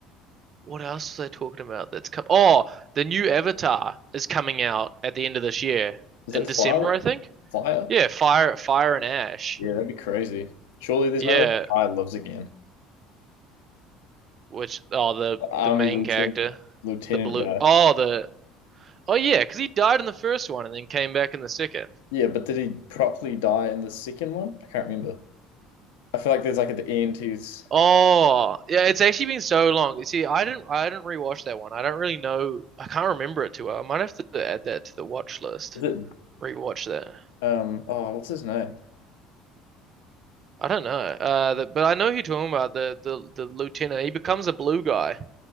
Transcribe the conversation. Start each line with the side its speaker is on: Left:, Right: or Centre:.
Right: What else are they talking about that's come? Oh, the new Avatar is coming out at the end of this year
Left: Is
Right: in
Left: that
Right: December,
Left: fire?
Right: I think.
Left: Fire?
Right: Yeah, Fire, Fire and Ash.
Left: Yeah, that'd be crazy. Surely there's
Right: Yeah,
Left: no way the guy lives again.
Right: which oh the
Left: The Army
Right: the main
Left: lieutenant,
Right: character,
Left: lieutenant
Right: the blue.
Left: guy.
Right: Oh the oh yeah, because he died in the first one and then came back in the second.
Left: Yeah, but did he properly die in the second one? I can't remember. I feel like there's like at the end he's
Right: Oh yeah, it's actually been so long. You see, I didn't I didn't rewatch that one. I don't really know. I can't remember it too well. I might have to add that to the watch list.
Left: is it
Right: Rewatch that.
Left: um oh what's his name?
Right: I don't know. Uh, the, but I know who you're talking about. The, the the lieutenant. He becomes a blue guy